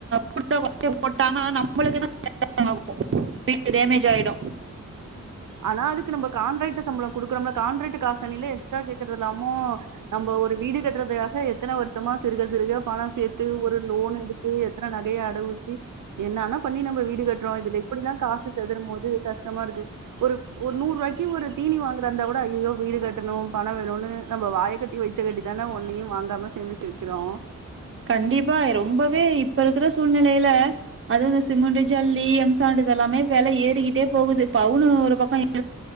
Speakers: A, on the right; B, on the right.
A: கூட்ட கொஞ்ச போட்டானா நம்மளுக்கு தா <inaudible> ஆகு வீட்டு டேமேஜ் ஆயிடும்
B: ஆனா அதுக்கு நம்ப காண்ட்ராக்ட்டு சம்பளம் குடுக்கிறோம்ல காண்ட்ராக்ட் காசனிலே எக்ஸ்ட்ரா கேக்குறது இல்லாமோ நம்போ ஒரு வீடு கட்டுறதுக்காக எத் எத்தன வருஷமா சிறுக சிறுக பண சேர்த்து ஒரு லோன் எடுத்து எத்தன நகைய அடகு வச்சு என்னனா பண்ணி நம்ப வீடு கட்றோ இதுல இப்படிலா காசு செதறும் போது கஷ்டமா இருக்கு ஒரு ஒரு நூறுவாக்கி ஒரு தீனி வாங்கறந்தா கூட ஐய்யயோ வீடு கட்டணு பணம் வேணும்னு நம்ம வாயைக் கட்டி வைத்த கட்டி தானே ஒன்னையு வாங்காம சேமிச்சு வைக்கிறோ
A: கண்டிப்பா ரொம்பவே இப்ப இருக்கிற சூழ்நிலையில அதுவு இந்த சிமெண்ட் ஜல்லி எம் சாண்ட் இத எல்லாமே வெல ஏறிக்கிட்டே போகுது பவுனு ஒரு பக்கோ <inaudible>